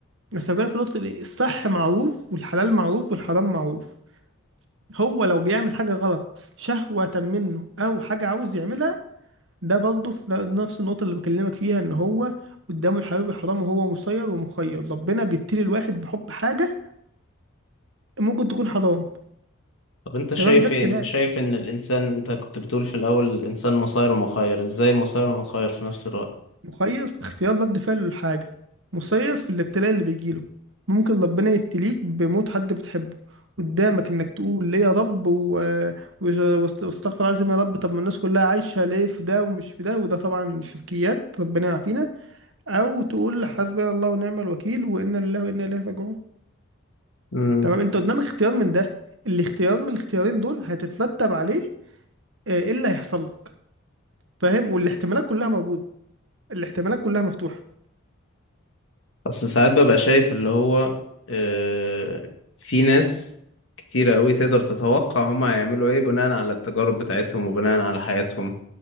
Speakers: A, on the right; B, on the left.
A: بس لو جالك في نقطه ال- الصح معروف والحلال معروف والحرام معروف هو لو بيعمل حاجه غلط شهوه منه او حاجه عاوز يعملها ده برضه في ن- نفس النقطه اللي بكلمك فيها ان هو قدامه الحلال والحرام وهو مسير ومخير ربنا بيبتلي الواحد بحب حاجه ممكن تكون حرام
B: طب انت شايف
A: تمام ده ابتلاء
B: ايه انت شايف ان الانسان انت كنت بتقول في الاول الانسان مسير ومخير ازاي مسير ومخير في نفس الوقت
A: مخير في اختيار رد فعله للحاجة مسير في الابتلاء اللي بيجيله ممكن ربنا يبتليك بموت حد بتحبه قدامك انك تقول ليه يا رب و... وش- واست- واستغفر العظيم يا رب طب ما الناس كلها عايشة ليه في ده ومش في ده وده طبعا شركيات ربنا يعافينا او تقول حسبنا الله ونعم الوكيل وانا لله وانا اليه راجعون
B: مم.
A: تمام انت قدامك اختيار من ده الاختيار من الاختيارين دول هتترتب عليه آه، ايه اللي هيحصل لك فاهم والاحتمالات كلها موجودة الاحتمالات كلها مفتوحة
B: اصل ساعات ببقى شايف اللي هو آه، في ناس كتيرة قوي تقدر تتوقع هما هيعملوا ايه بناء على التجارب بتاعتهم وبناء على حياتهم